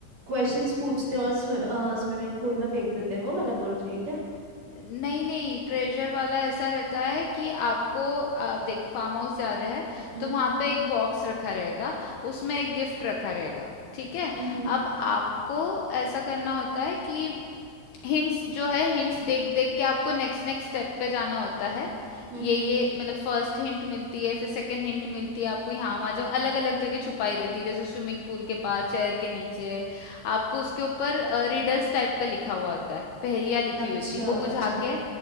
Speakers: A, on the right; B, on the left.
A: क्वेश्चंस पूछते हैं और स्विमिंग पूल में फेंक देते हैं वो वाला बोल रही है क्या
B: नहीं नहीं ट्रेजर वाला ऐसा रहता है कि आपको आप देख फार्म हाउस जा रहे हैं
A: हम्म
B: तो वहाँ पे एक बॉक्स रखा रहेगा उसमें एक गिफ्ट रखा रहेगा ठीक है
A: हम्म हम्म
B: अब आपको ऐसा करना होता है कि हिंट्स जो है हिंट्स देख देख के आपको नेक्स्ट नेक्स्ट स्टेप पे जाना होता है
A: हम्म,
B: ये
A: हम्म।
B: ये मतलब फर्स्ट हिंट मिलती है फिर सेकंड हिंट मिलती है आपको यहाँ वहाँ जाओ अलग अलग जगह छुपाई रहती है जैसे स्विमिंग पूल के पास चेयर के नीचे आपको उसके ऊपर रिडल्स टाइप का लिखा हुआ होता है पहेलियाँ लिखी
A: अच्छा
B: हुई थी वो बुझा
A: अच्छा
B: के